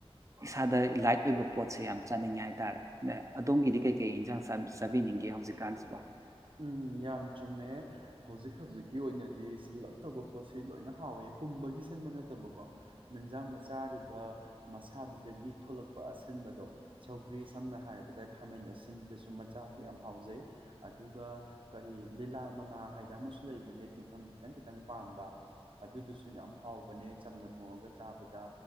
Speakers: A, on the right (about 30°); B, on the right (about 55°).
A: ꯏꯁꯥꯗ ꯂꯥꯏꯠ ꯑꯣꯏꯕ ꯄꯣꯠꯁꯦ ꯌꯥꯝ ꯆꯠꯅꯤꯡꯉꯦ ꯍꯥꯏꯇꯥꯔꯦ ꯑꯗꯣꯝꯒꯤꯗꯤ ꯀꯩꯀꯩ ꯏꯟꯖꯥꯡ ꯆꯥꯕꯤꯅꯤꯡꯒꯦ ꯍꯧꯖꯤꯛꯀꯥꯟꯁꯤꯕꯣ
B: ꯎꯝ ꯌꯥꯝ ꯆꯨꯝꯃꯦ ꯍꯧꯖꯤꯛ ꯍꯧꯖꯤꯛꯀꯤ ꯑꯣꯏꯅꯗꯤ ꯁꯤꯜꯂꯞꯇꯧꯕ ꯄꯣꯠꯁꯤ ꯂꯣꯏꯅ ꯍꯥꯎꯋꯦ ꯄꯨꯝꯕꯒꯤ ꯁꯤꯟꯕ ꯅꯠꯇꯕꯀꯣ ꯃꯟꯖꯥꯡ ꯃ ꯆꯥꯔꯤꯕ ꯃꯁꯥꯗꯨꯗꯒꯤ ꯊꯣꯛꯂꯛꯄ ꯑꯁꯤꯟꯕꯗꯣ ꯁꯧꯒ꯭ꯔꯤ ꯁꯝꯅ ꯍꯥꯏꯔꯕꯗ ꯈꯥꯃꯦꯟ ꯑꯁꯤꯟꯕꯁꯨ ꯃꯆꯥꯁꯦ ꯌꯥꯝ ꯍꯥꯎꯖꯩ ꯗꯨꯒ ꯀꯔꯤ ꯂꯤꯂꯥꯔ ꯃꯅꯥ ꯍꯥꯏꯗ ꯑꯃꯁꯨ ꯂꯩꯕꯅꯦ ꯇꯤꯡꯈꯪ ꯈꯤꯇꯪ ꯈꯤꯇꯪ ꯄꯥꯟꯕ ꯑꯗꯨꯗꯨꯁꯨ ꯌꯥꯝ ꯍꯥꯎꯕꯅꯦ ꯆꯝꯅ ꯊꯣꯡꯉꯒ ꯆꯥꯕꯗ